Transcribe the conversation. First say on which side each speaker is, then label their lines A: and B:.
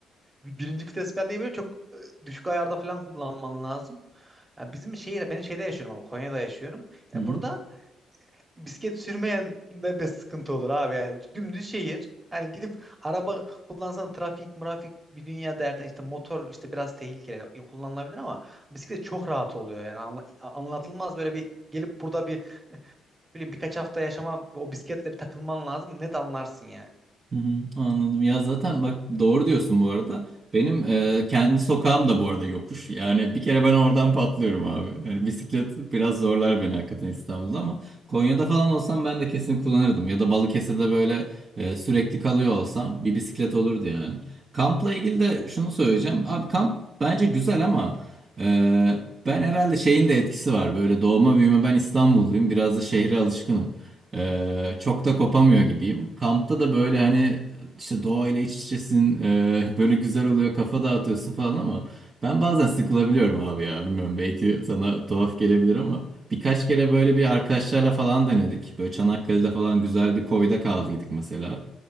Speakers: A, on the right (about 20°); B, on the right (about 35°).
A: bir- birinci vites falan değil böyle çok e, düşük ayarda falan kullanman lazım. Yani bizim şehir ben şeyde yaşıyorum ama Konya'da yaşıyorum. Yani
B: Hı hı.
A: burada bisiklet sürmeyen de bir sıkıntı olur abi yani. Dümdüz şehir. yani gidip araba kullansan trafik, murafik bir dünya derden işte motor işte biraz tehlikeli kullanılabilir ama bisiklet çok rahat oluyor yani Anla- anlatılmaz böyle bir gelip burada bir bileyim birkaç hafta yaşaman o bisikletle bir takılman lazım net anlarsın yani.
B: Hı hı, Anladım. Ya zaten bak doğru diyorsun bu arada. Benim e, kendi sokağım da bu arada yokuş. Yani bir kere ben oradan patlıyorum abi. Yani bisiklet biraz zorlar beni hakikaten İstanbul'da ama Konya'da falan olsam ben de kesin kullanırdım. Ya da Balıkesir'de böyle e, sürekli kalıyor olsam bir bisiklet olurdu yani. Kampla ilgili de şunu söyleyeceğim. Abi kamp bence güzel ama e, ben herhalde şeyin de etkisi var. Böyle doğma büyüme ben İstanbulluyum. Biraz da şehre alışkınım. Ee, çok da kopamıyor gibiyim. Kampta da böyle hani işte doğayla iç içesin, e, <laughs> böyle güzel oluyor, kafa dağıtıyorsun falan ama ben bazen sıkılabiliyorum abi ya. Bilmiyorum belki sana tuhaf gelebilir ama birkaç kere böyle bir arkadaşlarla falan denedik. Böyle Çanakkale'de falan güzel bir koyda kaldıydık mesela